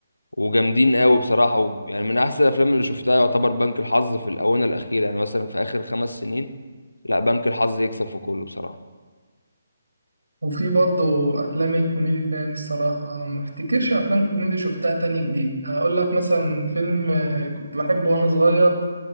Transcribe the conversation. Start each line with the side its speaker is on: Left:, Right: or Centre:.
Left: وجامدين قوي بصراحة و... يعني من أحسن الأفلام اللي شفتها يعتبر بنك الحظ في الآونة الأخيرة يعني مثلا في آخر خمس سنين لا بنك الحظ يكسب في كله بصراحة
Right: وفي برضه افلام الكوميدي تاني الصراحة ما افتكرش افلام كوميدي شفتها تاني جديد هقول لك مثلا فيلم آه، كنت بحبه وانا صغير